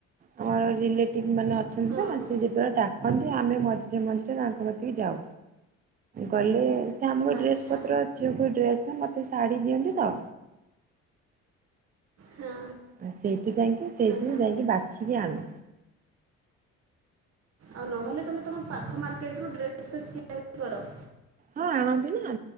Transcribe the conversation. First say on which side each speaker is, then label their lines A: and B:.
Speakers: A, on the right; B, on the right.
A: ଆମର ରିଲେଟିଭ ମାନେ ଅଛନ୍ତି
B: ହଁ
A: ତ ସେ ଯେତେବେଳେ ଡାକନ୍ତି ଆମେ ମଝିରେ ମଝିରେ ତାଙ୍କ କତିକି ଯାଉ ଗଲେ ସେ ଆମକୁ
B: ଆଚ୍ଛା
A: ଡ୍ରେସ ପତ୍ର ଝିକୁ ଡ୍ରେସ ମତେ ଶାଢୀ ଦିଅନ୍ତି ତ।
B: ହଁ
A: ଆ ସସେଇଠି ଯାଇକି ସେଇଥିରୁଁ
B: ଆଚ୍ଛା
A: ଯାଇକି ବାଛିକି ଆଣୁ।
B: ଆଉ ନହେଲେ ତମେ ତମ ପା ପାଖ ମାର୍କେଟରୁୁ ଡ୍ରେସ୍ ଫ୍ରେସ କିଣା କିଣି କର।
A: ହଁ ଆଣନ୍ତି ନା